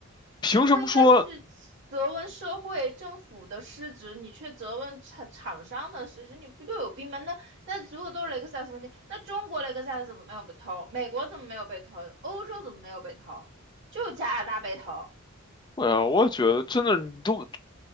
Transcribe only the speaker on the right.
你不应该去责问社会政府的失职，你却责问厂厂商的失职，你不就有病吗？那那如果都是雷克萨斯问题，那中国雷克萨斯怎么没有被偷？美国怎么没有被偷？欧洲怎么没有被偷？就加拿大被偷。